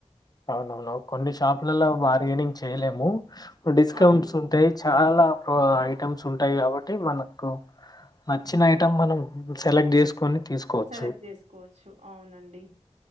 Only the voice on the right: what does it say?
అవును.
సెలెక్ట్ చేసుకోవచ్చు అవునండి